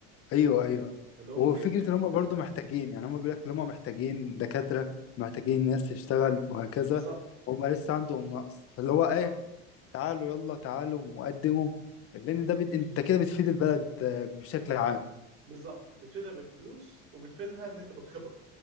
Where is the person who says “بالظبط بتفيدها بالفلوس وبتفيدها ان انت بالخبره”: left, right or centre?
Right